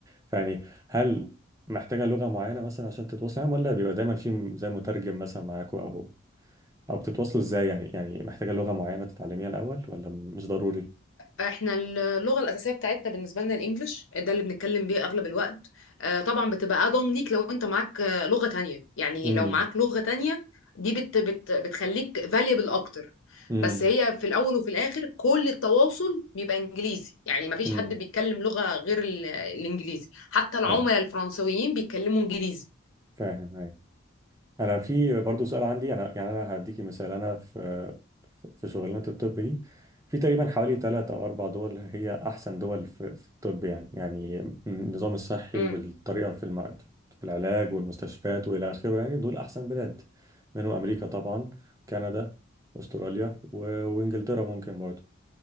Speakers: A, on the right; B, on the left.
A: فيعني هل محتاجه لغه معينه مثلا عشان تتواصل معاهم ولا بيبقى دايما في زي مترجم مثلا معاكوا او او بتتواصلوا ازاي يعني يعني محتاجه لغه معينه تتعلميها الاول ولا مش ضروري
B: احنا اللغه الاساسيه بتاعتنا بالنسبه لنا الانجليش ده اللي بنتكلم بيه اغلب الوقت آه، طبعا بتبقى اضمن ليك لو انت معاك آه، لغه تانية يعني
A: امم
B: لو معاك لغه تانية دي بت بت بتخليك valuable اكتر
A: امم
B: بس هي في الاول وفي الاخر كل التواصل بيبقى انجليزي يعني ما فيش
A: امم
B: حد بيتكلم لغه غير ال- الانجليزي حتى العملاء
A: فاهم
B: الفرنسويين بيتكلموا انجليزي
A: فاهم أيوة. انا في برضو سؤال عندي انا يعني انا هديكي مثال انا في في شغلانه الطب دي في تقريبا حوالي ثلاث او اربع دول هي احسن دول في, في الطب يعني يعني النظام الصحي
B: امم
A: والطريقه في المع... في العلاج والمستشفيات والى اخره يعني دول احسن بلاد منهم امريكا طبعا كندا استراليا و... وانجلترا ممكن برضو